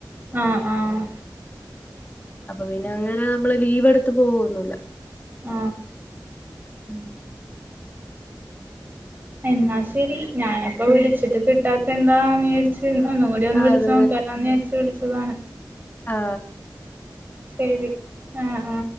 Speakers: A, on the right (about 25°); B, on the left (about 25°).
A: ആ ആ
B: അപ്പൊ പിന്നെ അങ്ങനെ നമ്മള് ലീവ് എടുത്ത് പോവൊന്നുല്ല
A: ആ
B: ഉം
A: എന്നാ ശരി ഞാനപ്പ വിളിച്ചിട്ട്
B: ആഹ്
A: കിട്ടാത് അതെന്താ മേടിച് ഒന്നും കൂടി ഒന്ന്
B: അത്
A: വിളിച്ച് നോക്കാലോന്ന് ഏച്ച് വിളിച്ചതാണ്.
B: ആ
A: ശരി ആ ആ